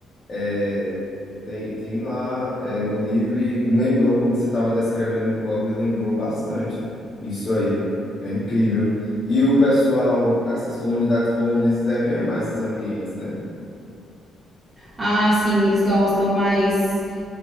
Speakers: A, on the left; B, on the right.
A: É, tem, tem lá, é, no livro e lembrou quando você estava descrevendo o pub, lembrou bastante isso aí. É incrível. E o pessoal, essas comunidades polonesas devem amar esses ambientes, né?
B: Ah, sim, eles gostam, mas